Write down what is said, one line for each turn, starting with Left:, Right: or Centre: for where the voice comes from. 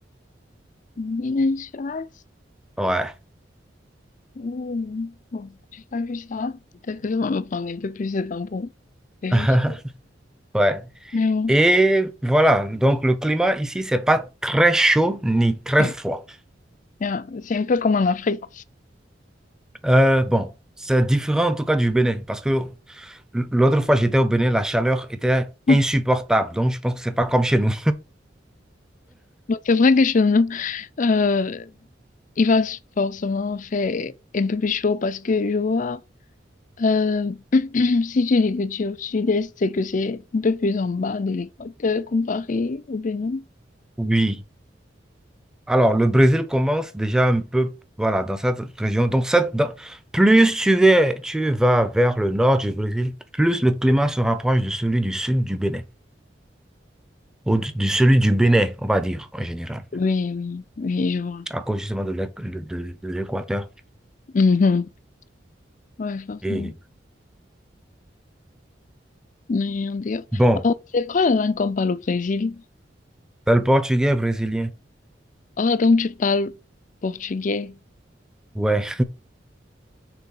Left: Mylène Farce?
Centre: Ouais.
Left: Ouh. Bon, j'ai pas vu ça. Peut-être que je vais me prendre un peu plus de temps pour vérifier.
Centre: <laughs> Ouais.
Left: Mais bon,
Centre: Et voilà, donc le climat ici, c'est pas très chaud ni très
Left: eh
Centre: froid.
Left: bien, c'est un peu comme en Afrique.
Centre: Euh, bon, c'est différent en tout cas du Bénin, parce que l'autre fois j'étais au Bénin, la chaleur était
Left: <laughs>
Centre: insupportable. Donc, je pense que c'est pas comme chez nous.
Left: Bon, c'est vrai que chez nous, euh, il va forcément faire un peu plus chaud parce que je vois, euh, <clears throat> si tu dis que tu es au sud-est, c'est que c'est un peu plus en bas de l'équateur comparé au Bénin.
Centre: Oui. Alors, le Brésil commence déjà un peu, voilà, dans cette région. Donc, cette, dans- plus tu es, tu vas vers le nord du Brésil, plus le climat se rapproche de celui du sud du Bénin, ou du- de celui du Bénin, on va dire, en général,
Left: Oui, oui, oui, je vois.
Centre: à cause justement de l'équ- de, de- de l'équateur.
Left: Mhm. Ouais, forcément.
Centre: Et
Left: Oui, on dit-
Centre: bon,
Left: Oh, c'est quoi la langue qu'on parle au Brésil?
Centre: t'as le portugais brésilien.
Left: Oh, donc tu parles portugais?
Centre: Ouais.